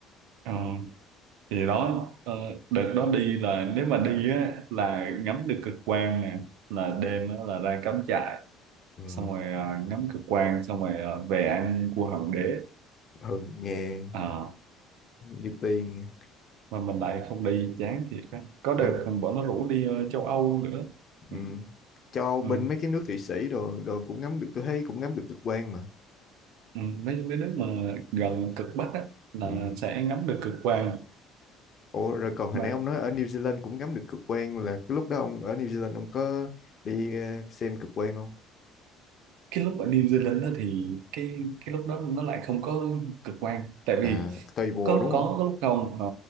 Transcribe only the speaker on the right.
ờ, thì đó ờ, đợt đó đi là nếu mà đi á là ngắm được cực quang nè là đêm á, là ra cắm trại
xong rồi ờ, ngắm cực quang xong rồi ờ, về ăn cua hoàng đế
Ờ,
mà mình lại không đi chán thiệt á có
đợt còn bọn nó rủ đi ờ, châu Âu nữa
ừ,
ừ,
ừ, mấy mấy nước mà gần cực Bắc á là
sẽ ngắm được cực quang
mà
cái lúc ở New Zealand đó thì cái cái lúc đó nó lại không có cực quang tại
vì
có
có, có lúc không ờ,